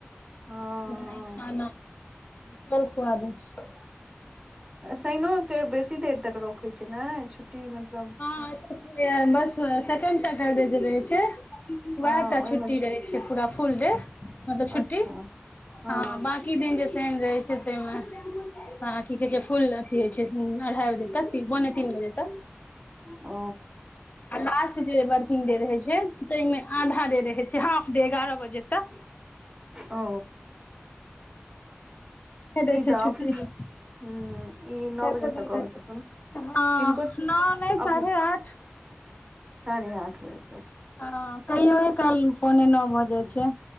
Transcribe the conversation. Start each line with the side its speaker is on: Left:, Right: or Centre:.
Right: हँ
Left: नहि खाना है, चल खुआ दै छ।
Right: शइनोके बेसी देर तक रखैत छै ने, छुट्टी मतलब
Left: हां जे बस सेकेंड सैटरडे रहे छै
Right: हँ
Left: वएह टा
Right: ओहिमे
Left: छुट्टी रहे छे, पूरा फुल डे मतलब छुटी
Right: अच्छा
Left: हाँ
Right: हँ
Left: ब बाकी दिन जे शैन रहै छै ते मे। आ की कहे छै फूल अथी होइ छै, अढ़ाई बजे तक, पोने तीन बजे तक।
Right: ओ
Left: आ लास्ट जे बर्किंग डे रहै छै, ताहिमे आधा डे रहै छै हाफ डे एगारह बजे तक।
Right: ओ
Left: दै
Right: ई
Left: छै
Right: तऽ
Left: छुट्टी।
Right: ऑफिस मे
Left: त
Right: हूं ई नौ
Left: एको
Right: बजे
Left: दिन
Right: तक
Left: के
Right: अबैत
Left: छुट्टी,
Right: हेथुन
Left: हाँ
Right: हिनको
Left: नओ नहि
Right: अप
Left: साढ़े आठ
Right: साढ़े आठ बजे तक।
Left: हाँ कहियो काल पोने नौ भऽ जाइ छै।